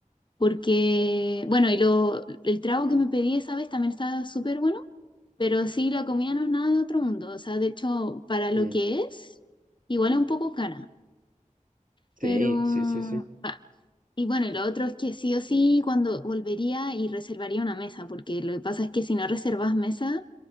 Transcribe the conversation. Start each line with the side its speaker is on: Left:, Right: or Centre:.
Left: porque, bueno, y lo, el trago que me pedí esa vez también estaba súper bueno, pero sí, la comida no es nada de otro mundo, o sea, de hecho, para lo
Right: Mm.
Left: que es, igual es un poco cara, pero...
Right: Sí, sí, sí, sí.
Left: ah, Y bueno, y lo otro es que sí o sí, cuando volvería y reservaría una mesa, porque lo que pasa es que si no reservas mesa